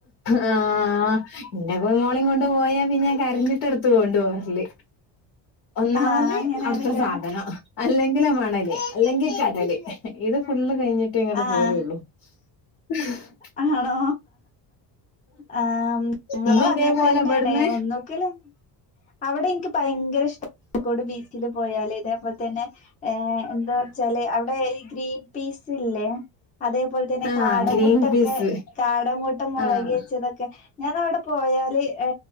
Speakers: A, on the left; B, on the left.
A: ആ ഇൻ്റെ പ്പൊ മോളിം കൊണ്ട് പോയാ പിന്നെ ഞാൻ കരഞ്ഞ് ട്ട്‌ട്ത്തു ഒണ്ട് ഓര്ല് ഒന്നാമത്
B: ആഹ് അങ്ങനെയാണ്ല്ലേ
A: അവ്ട്ത്ത സാധന അല്ലെങ്കില് മണല് അല്ലെങ്കി കടല് ഇത് ഫുള്ള് കെയ്ഞ്ഞിട്ടെ ഇങ്ങട്ട്
B: ആഹ്
A: പോരൂള്ളു. <inaudible>
B: ആണോ ആ ഞങ്ങളു
A: ഇന്ന് അതേപോലെ
B: അങ്ങൻതന്നെണേ
A: ഇവിടുന്ന്
B: ഒന്നുകിലും അവ്ടെ ഇൻക്ക് ഭയങ്കര ഇഷ്ടാ കോഴിക്കോട് ബീച്ചിലും പോയാല് തേപോൽതെന്നെ ഏ എന്താ വച്ചാല് അവ്ടെ ഈ ഗ്രീൻ പീസ് ഇല്ലേ അതേപോൽതന്നെ
A: ആഹ്
B: കാടമുട്ടൊക്കെ
A: ഗ്രീൻ പീസ്
B: കാടമുട്ട മൊളകേച്ചതൊക്കെ
A: ആഹ്
B: ഞാൻ അവ്ടെ പോയാ ല് ഏ